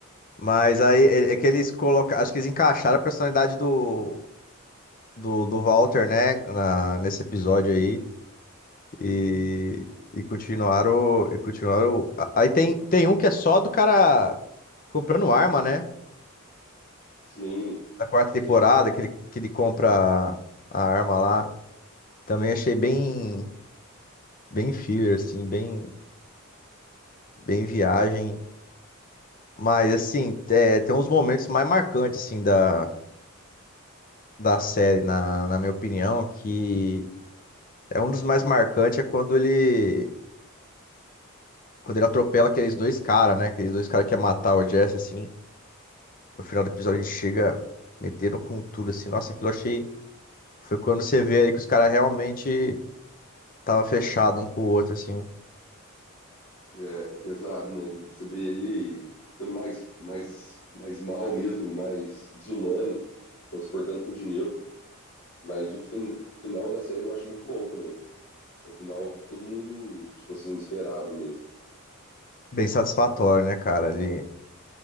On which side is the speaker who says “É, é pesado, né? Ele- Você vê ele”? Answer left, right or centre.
Left